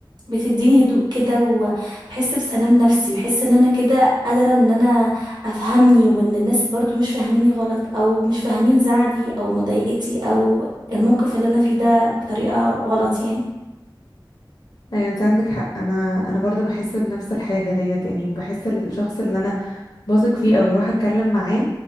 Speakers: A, on the right; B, on the left.
A: بتديني هدوء كده وبحس بسلام نفسي بحس ان انا كده قادره ان انا افهمني وان الناس برضو مش فاهميني غلط او مش فاهمين زعلي او مضايقتي او الموقف اللي انا فيه ده بطريقة غلط يعني
B: ايوه انت عندك حق انا انا برضو بحس بنفس الحاجة ديت يعني بحس الشخص اللي انا بثق فيه او بروح اتكلم معاه